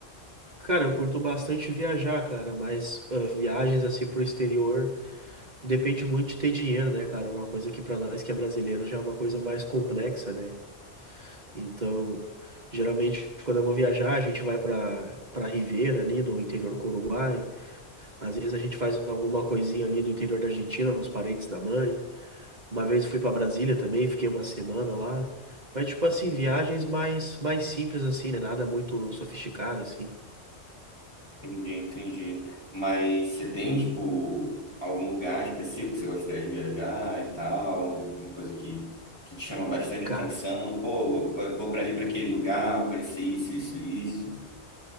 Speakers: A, on the right; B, on the left.
A: Cara, eu curto bastante viajar, cara, mas ah, viagens assim pro exterior. Depende muito de ter dinheiro, né, cara? Uma coisa que pra nós que é brasileiro já é uma coisa mais complexa, né? Então, geralmente quando eu vou viajar, a gente vai pra para Ribeira ali no interior do Uruguai. Às vezes a gente faz alguma coisinha ali no interior da Argentina, nos parentes da mãe. Uma vez fui pra Brasília também, fiquei uma semana lá. Mas tipo assim, viagens mais mais simples assim, né? Nada muito sofisticado assim.
B: Entendi, entendi. Mas você tem, tipo, algum lugar específico que você gostaria de viajar e tal, alguma coisa que, que te chama bastante
A: Cara,
B: atenção? Pô, vou, vou pra ali, pra aquele lugar, vou conhecer isso, isso, isso.